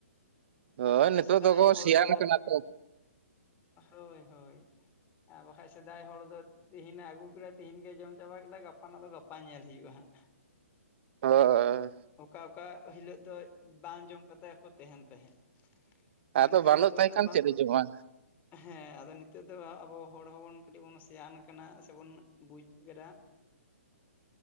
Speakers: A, on the right; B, on the left.
A: ᱦᱳᱭ
B: ᱟᱨ ᱵᱟᱠᱷᱟᱡ
A: ᱱᱤᱛᱚᱜ
B: ᱥᱮᱫᱟᱭ
A: ᱫᱚᱠᱚ
B: ᱦᱚᱲ
A: ᱥᱮᱭᱟᱱ
B: ᱫᱚ
A: ᱠᱟᱱᱟ ᱛᱚ
B: ᱦᱳᱭ ᱦᱳᱭ ᱟᱨ ᱵᱟᱠᱷᱟᱡ ᱥᱮᱫᱟᱭ ᱦᱚᱲ ᱫᱚ ᱛᱤᱦᱤᱧᱮ ᱟᱹᱜᱩ ᱠᱮᱫᱟ ᱛᱮᱦᱤᱧ ᱜᱮ ᱡᱚᱢ ᱪᱟᱵᱟ ᱠᱮᱫᱟ ᱜᱟᱯᱟ ᱫᱚ ᱜᱟᱯᱟ ᱧᱮᱞ ᱦᱩᱭᱩᱜᱼᱟ ᱦᱟᱸᱜ
A: <unintelligible>
B: ᱚᱠᱟ ᱚᱠᱟ ᱦᱤᱞᱳᱜ ᱫᱚ ᱵᱟᱝ ᱡᱚᱢ ᱠᱟᱛᱮᱜ ᱜᱮᱠᱚ ᱛᱟᱦᱮᱱ ᱛᱟᱦᱮᱸᱫ
A: ᱟᱫᱚ
B: ᱢᱮᱱᱠᱷᱟᱱ
A: ᱵᱟᱹᱱᱩᱜ
B: ᱱᱤᱛᱚᱜ
A: ᱛᱟᱭ
B: ᱫᱚ
A: ᱠᱷᱟᱱ
B: ᱵᱟᱝ
A: ᱪᱮᱫ ᱮ ᱡᱚᱢᱟ
B: ᱦᱮᱸ ᱟᱫᱚ ᱱᱤᱛᱚᱜ ᱫᱚ ᱟᱵᱚ ᱦᱚᱲ ᱦᱚᱸᱵᱚᱱ ᱠᱟᱹᱴᱤᱡ ᱵᱚᱱ ᱥᱮᱭᱟᱱ ᱠᱟᱱᱟ ᱥᱮᱵᱚᱱ ᱵᱩᱡ ᱠᱮᱫᱫᱟ
A: <inaudible>